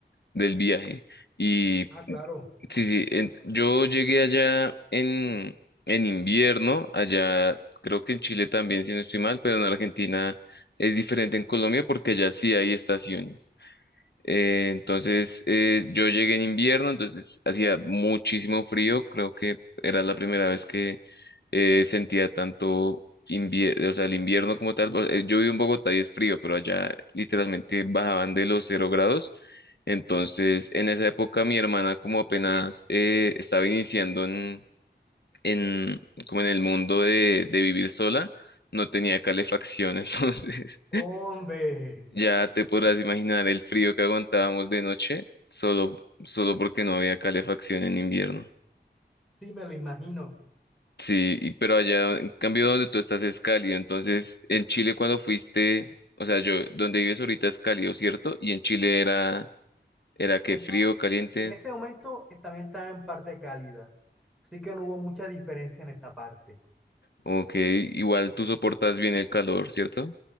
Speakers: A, on the left (about 65°); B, in the centre.
A: del viaje. Y
B: Ah, claro.
A: sí, sí, en- yo llegué allá en, en invierno, allá creo que en Chile también, si no estoy mal, pero en Argentina es diferente en Colombia porque allá sí hay estaciones. Eh, entonces eh, yo llegué en invierno, entonces hacía muchísimo frío, creo que era la primera vez eh, sentía tanto invie- o sea, el invierno como tal. o- eh, Yo vivo en Bogotá y es frío, pero allá literalmente bajaban de los cero grados. Entonces, en esa época mi hermana como apenas eh, estaba iniciando en, en- como en el mundo de, de vivir sola, no tenía calefacción, <laughs> entonces
B: Hombre,
A: ya te podrás imaginar el frío que aguantábamos de noche solo, solo porque no había calefacción en invierno.
B: sí, me lo imagino.
A: Sí, y- pero allá, en cambio, donde tú estás es cálido. Entonces, en Chile cuando fuiste, o sea, yo, donde vives ahorita es cálido, ¿cierto? Y en Chile era, era que
B: Estaba-
A: frío, caliente.
B: en ese momento eh, también estaba en parte cálida, así que no hubo mucha diferencia en esa parte.
A: Ok, igual tú soportas bien el calor, ¿cierto?